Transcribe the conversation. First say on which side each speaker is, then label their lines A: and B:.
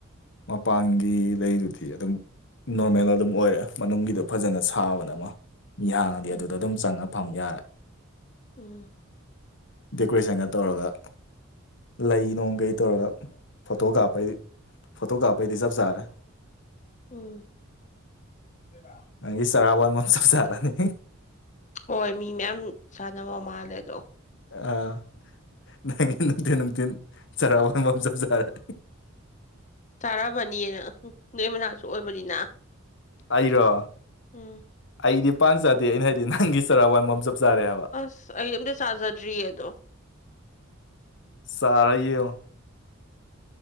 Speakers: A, on the left; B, on the left.
A: ꯃꯄꯥꯟꯒꯤ ꯂꯩꯗꯨꯗꯤ ꯑꯗꯨꯝ ꯅꯣꯔꯃꯦꯜ ꯑꯗꯨꯝ ꯑꯣꯏꯔꯦ ꯃꯅꯨꯡꯒꯤꯗꯣ ꯐꯖꯅ ꯁꯥꯕꯅ ꯑꯃ ꯃꯤ ꯍꯥꯡꯉꯗꯤ
B: ꯎꯝ
A: ꯑꯗꯨꯗ ꯑꯗꯨꯝ ꯆꯪꯉ ꯐꯝ ꯌꯥꯔꯦ
B: ꯎꯝ
A: ꯗꯦꯀꯣꯔꯦꯁꯟꯒ ꯇꯧꯔꯒ ꯂꯩ ꯅꯨꯡ ꯀꯩ ꯇꯧꯔꯒ ꯐꯣꯇꯣ ꯀꯥꯞꯄꯩ ꯐꯣꯇꯣ ꯀꯥꯄꯩꯗꯤ ꯆꯞ ꯆꯥꯔꯦ
B: ꯎꯝ ꯁ ꯀ
A: ꯅꯪꯒꯤ ꯆꯔꯥꯕꯥꯟ ꯃꯆꯥ ꯆꯥꯔꯅꯤ
B: ꯍꯣꯏ ꯃꯤ ꯃꯌꯥꯝ ꯁꯥꯟꯅꯕ ꯃꯥꯜꯂꯦ ꯑꯗꯣ
A: ꯑꯥ ꯅꯪꯉ ꯅꯨꯡꯊꯤꯟ ꯅꯨꯡꯊꯤꯟ ꯆꯔꯥꯕ ꯉꯕꯝ ꯆ ꯆꯥꯔꯅꯤ
B: ꯇꯥꯔꯕꯅꯤꯅ ꯎꯝ ꯅꯣꯏ ꯃꯅꯥꯛꯁꯨ ꯑꯣꯏꯕꯅꯤꯅ
A: ꯑꯩꯔꯣ
B: ꯎꯝ
A: ꯑꯩꯗꯤ ꯄꯥꯛ ꯆꯥꯗꯦ ꯑꯩꯅ ꯍꯥꯏꯗꯤ ꯅꯪꯒꯤ ꯆꯔꯥꯛ ꯋꯥꯟꯕ ꯑꯃ ꯆꯞ ꯆꯥꯔꯦ ꯍꯥꯏꯕ
B: ꯑꯁ ꯑꯩ ꯑꯝꯇ ꯆꯥꯖꯗ꯭ꯔꯤꯌꯦ ꯑꯗꯣ
A: ꯁꯔꯩꯣ